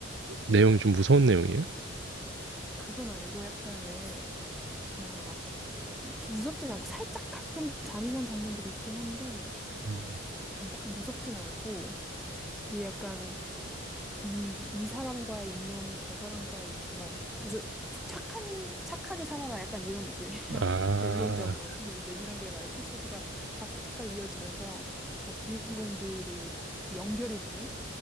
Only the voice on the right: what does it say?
내용이 좀 무서운 내용이에요?
음.
아.